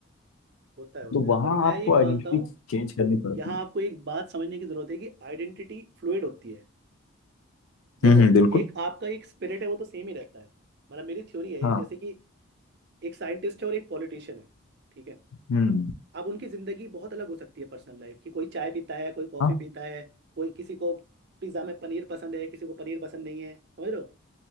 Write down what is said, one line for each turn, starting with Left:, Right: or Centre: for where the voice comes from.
Right: होता है होता
Left: तो
Right: है
Left: वहाँ
Right: पर मैं
Left: आपको
Right: ये
Left: आइडेंटिटी
Right: मानता हूँ
Left: चेंज करनी पड़ती
Right: यहाँ
Left: है
Right: आपको एक बात समझने की जरूरत है कि आइडेंटिटी फ्लूइड होती है देखो
Left: हम्म हम्म, बिल्कुल
Right: एक आपका एक स्पिरिट है वो तो सेम ही रहता है मतलब मेरी थ्योरी है
Left: हाँ
Right: ये जैसे कि एक साइंटिस्ट है और एक पॉलिटिशियन है ठीक है
Left: हम्म
Right: अब उनकी जिंदगी बहुत अलग हो सकती है पर्सनल लाइफ की कोई चाय पीता है कोई कॉफी
Left: हाँ
Right: पीता है कोई किसी को पिज्जा में पनीर पसंद है किसी को पनीर पसंद नहीं है समझ रहे हो